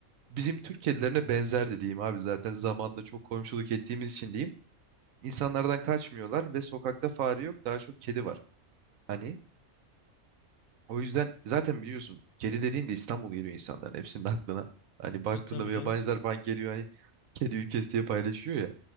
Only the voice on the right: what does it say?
bizim Türk kedilerine benzer de diyeyim abi zaten zamanda çok komşuluk ettiğimiz için diyeyim. İnsanlardan kaçmıyorlar ve sokakta fare yok daha çok kedi var. Hani o yüzden zaten biliyorsun kedi dediğinde İstanbul geliyor insanların hepsinin aklına. Hani baktığında
böyle
yabancılar falan geliyor hani kedi ülkesi diye paylaşıyor ya.